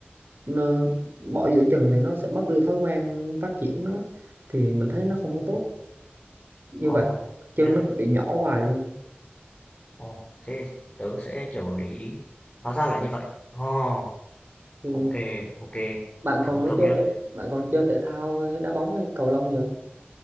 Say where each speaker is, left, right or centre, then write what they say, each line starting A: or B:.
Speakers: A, on the right (about 55°); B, on the left (about 20°).
A: nó, bỏ giữa chừng thì nó sẽ mất đi thói quen phát triển nó thì mình thấy nó không có
B: Ừ.
A: tốt như
B: ờ
A: vậy chân
B: thế à?
A: nó sẽ bị nhỏ hoài luôn
B: ồ thế tớ sẽ kiểu để ý hóa ra là như vậy ồ
A: Ừ.
B: ok ok
A: bạn
B: cảm
A: còn
B: ơn
A: có
B: cậu
A: chơi
B: nhá
A: thể- bạn còn chơi thể thao đá bóng hay cầu lông nhiều